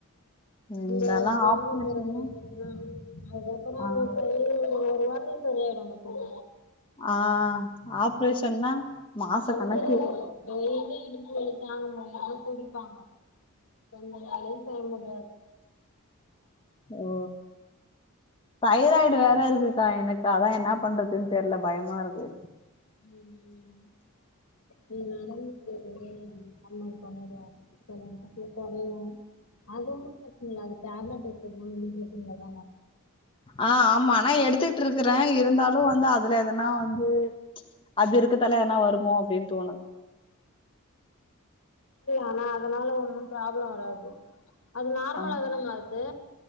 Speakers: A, on the left (about 25°); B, on the left (about 65°).
A: இந்தெல்லா
B: அந்த கொழந்த
A: ஆப்ரேஷன்னா
B: பொறக்கற வரையு ஆ அதுப்புற
A: ஆ
B: அது சரி ஒரு வாரத்துல சரிய ஆயிடு பத்தீமா
A: ஆ ஆப்ரேஷன்னா மாச
B: அது
A: கணக்கு
B: டெய்லி இடுப்பு வலி தாங்க முடியாம குடிப்பாங்க <unintelligible> அலை டை முடியாது
A: ஓ ஓ தைராய்டு வேற இருக்குக்கா எனக்கு அதா என்னா பண்றதுன்னு தெரில பயமா இருக்கு
B: ம் நீ நடந்துட்டு <unintelligible> நம்ம பண்ணடுவா நாக்கு கொறையு அது ஒன்னு பிரச்சனை இல்ல அது டேப்லெட் எடுத்ததுனால ஒன்னு பிரச்சனைல தான
A: ஆ ஆமா நா எடுத்துட்ருக்கறே இருந்தாலு வந்து அதுல எதனா வந்து அது இருக்கத்தல எதுன்னா வருமோ அப்படின் தோணு
B: ஆனா அதனால ஒண்ணு ப்ராப்ளம் வராது அது நார்மலா
A: ஆ
B: தானமா இருக்கு